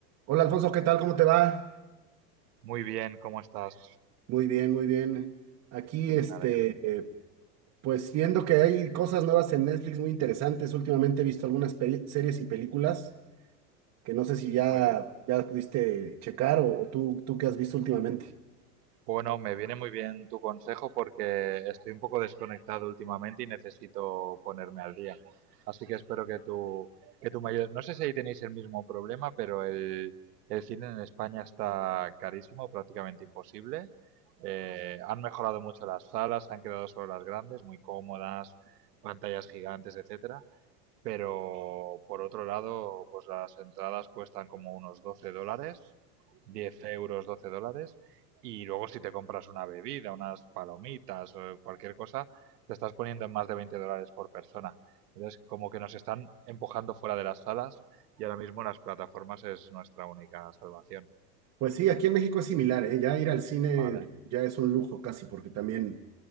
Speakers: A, on the right; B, on the right.
A: Hola Alfonso, ¿qué tal? ¿Cómo te va?
B: Muy bien, ¿cómo estás?
A: Muy bien, muy bien. Aquí, este,
B: Me alegro.
A: eh, pues viendo que hay cosas nuevas en Netflix muy interesantes. Últimamente he visto algunas peri- series y películas que no sé si ya,
B: Muy bien.
A: ya pudiste checar o, o tú, tú qué has visto últimamente.
B: Bueno, me viene muy bien tu consejo porque estoy un poco desconectado últimamente y necesito ponerme al día. Así que espero que tú, que tú me ayudes. No sé si ahí tenéis el mismo problema, pero el, el cine en España está carísimo, prácticamente imposible. Eh, han mejorado mucho las salas, se han quedado solo las grandes, muy cómodas, pantallas gigantes, etcétera. Pero por otro lado, pues las entradas cuestan como unos 12 dólares, 10 euros, 12 dólares. Y luego si te compras una bebida, unas palomitas o cualquier cosa, te estás poniendo en más de 20 dólares por persona. Entonces, como que nos están empujando fuera de las salas y ahora mismo las plataformas es nuestra única salvación.
A: Pues sí, aquí en México es similar, ¿eh? Ya ir al cine
B: Vale,
A: ya es un lujo casi, porque también